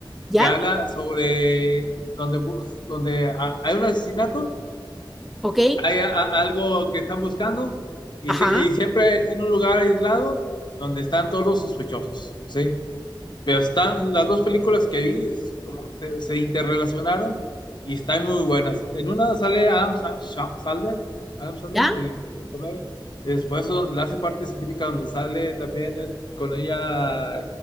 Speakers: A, in the centre; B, on the left.
A: ¿Ya?
B: que habla sobre donde, bus- donde ha- hay un asesinato,
A: ¿Ok?
B: hay a- a- algo que están buscando y,
A: Ajá,
B: sie- y siempre es en un lugar aislado donde están todos los sospechosos, ¿sí? Pero están las dos películas que vi, es como que se, se interrelacionaron y están muy buenas. En una sale Adam Sa- Sha- Sandler, Adam Sandler,
A: ¿ya?
B: el, el comedia. Después donde la hace parte científica, donde sale también es con ella,